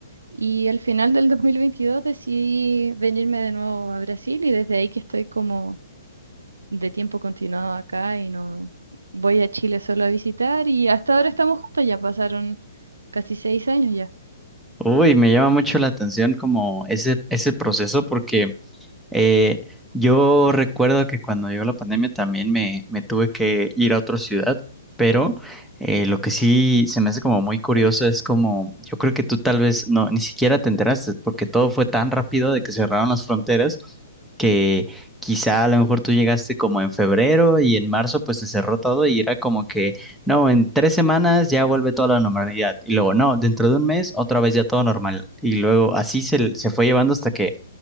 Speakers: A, on the right; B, in the centre.
A: y al final del 2022 decidí venirme de nuevo a Brasil y desde ahí que estoy como de tiempo continuado acá y no voy a Chile solo a visitar y hasta ahora estamos juntos, ya pasaron casi seis años ya.
B: Uy, me llama mucho la atención como ese, ese proceso porque Eh, yo recuerdo que cuando llegó la pandemia también me, me tuve que ir a otra ciudad, pero eh, lo que sí se me hace como muy curioso es como, yo creo que tú tal vez no, ni siquiera te enteraste, porque todo fue tan rápido de que cerraron las fronteras que quizá a lo mejor tú llegaste como en febrero y en marzo pues se cerró todo y era como que, no, en tres semanas ya vuelve toda la normalidad y luego, no, dentro de un mes otra vez ya todo normal y luego así se, se fue llevando hasta que